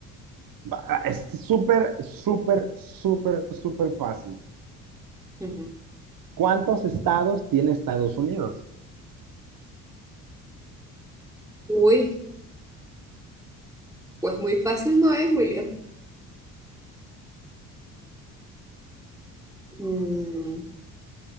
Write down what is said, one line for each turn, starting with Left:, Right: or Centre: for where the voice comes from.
Right: Va, Es súper, súper, súper, súper fácil.
Centre: Ujú.
Right: ¿Cuántos estados tiene Estados Unidos?
Centre: Uy, pues muy fácil no es, William. Mm,